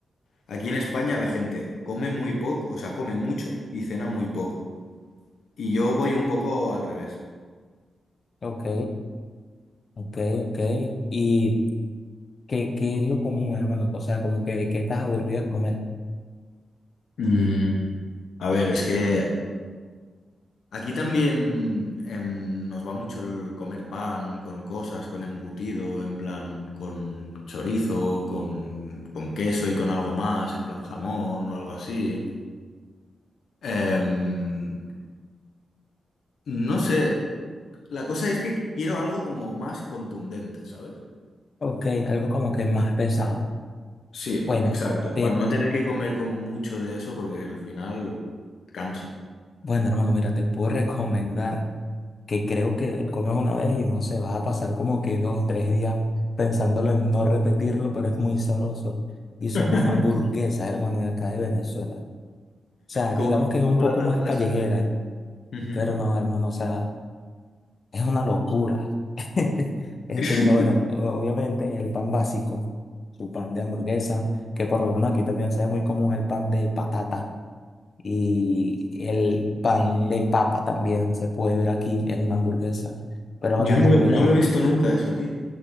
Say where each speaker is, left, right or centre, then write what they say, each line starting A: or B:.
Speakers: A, on the left; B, on the left.
A: aquí en España la gente come muy poco, o sea, come mucho y cena muy poco. Y yo voy un poco al revés.
B: Ok, ok, ok. Y. ¿Qué, qué es lo común, hermano? O sea, como que, que estás aburrido de comer.
A: Mm, a ver, es que aquí también em, nos va mucho el comer pan con cosas, con embutido, en plan con chorizo, con, con queso y con algo más, en plan jamón o algo así. Em, no sé, la cosa es que quiero algo como más contundente, ¿sabes?
B: Ok, algo como que más pesado.
A: Sí,
B: Bueno,
A: exacto,
B: te,
A: para no tener que comer como mucho de eso porque al final cansa.
B: bueno, hermano, mira, te puedo <laughs> recomendar que creo que lo comes una vez y no sé, vas a pasar como que dos, tres días pensándolo en no repetirlo, pero es muy sabroso.
A: <laughs>
B: Y son las hamburguesas, hermano, de acá de Venezuela. O sea,
A: Como,
B: digamos que es
A: como
B: un poco
A: las,
B: más
A: las
B: callejera,
A: hace. Ujú.
B: pero no, hermano, o sea, Es una locura. <laughs> Este,
A: <laughs>
B: mira, bueno, o- obviamente el pan básico, su pan de hamburguesa, que por lo menos aquí también se ve muy común el pan de patata y el pan de papa también se puede ver aquí en una hamburguesa. Pero
A: Yo
B: bueno, hermano,
A: no lo,
B: mira,
A: no lo he visto nunca eso, tío.